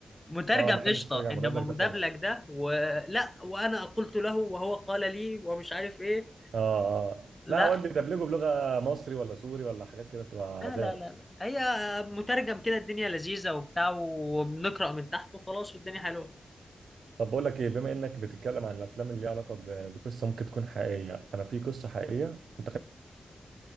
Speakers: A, on the left; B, on the right.
A: مترجم
B: آه ما أحبش
A: قشطه
B: أتفرج على
A: انما
B: مدبلج
A: مدبلج
B: ده خالص
A: ده ولا وانا قلت له وهو قال لي ومش عارف ايه
B: آه آه
A: لا
B: لا أود دبلجه بلغة مصري ولا سوري ولا حاجات كده بتبقى
A: لا
B: عذاب
A: لا لا لا هي مترجم كده الدنيا لذيذه وبتاع وبنقرا من تحت وخلاص والدنيا حلوه
B: طب بقول لك ايه بما انك بتتكلم عن الافلام اللي ليها علاقه ب- بقصه ممكن تكون حقيقيه انا في قصه حقيقيه انت خ-